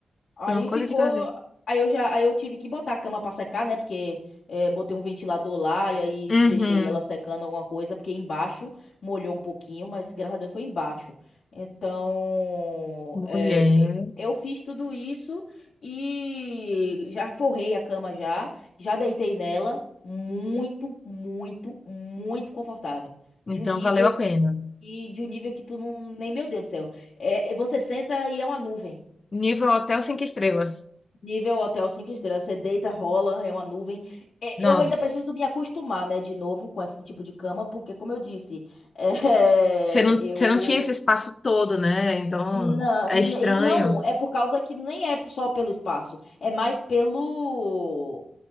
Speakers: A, on the left; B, on the left.
A: Aí
B: Uma coisa
A: ficou.
B: de cada vez.
A: Aí eu já, aí eu tive que botar a cama pra secar, né? Porque eh, botei um ventilador lá e aí
B: Uhum.
A: deixei ela secando alguma coisa, porque embaixo molhou um pouquinho, mas graças a Deus foi embaixo. Então,
B: Mulher.
A: eh, eh, eu fiz tudo isso e já forrei a cama já, já deitei nela, muito, muito, muito confortável,
B: Então
A: de um nível
B: valeu a pena.
A: que, de um nível que tu não, nem meu Deus do céu. É, é, você senta e é uma nuvem.
B: Nível hotel cinco estrelas.
A: Nível hotel cinco estrelas, você deita, rola, é uma nuvem. É,
B: Nossa.
A: eu ainda preciso me acostumar, né, de novo com esse tipo de cama, porque, como eu disse, <laughs> é,
B: Você não,
A: eu.
B: você não tinha esse espaço todo, né? Então
A: Não,
B: é estranho.
A: não, é por causa que nem é só pelo espaço, é mais pelo.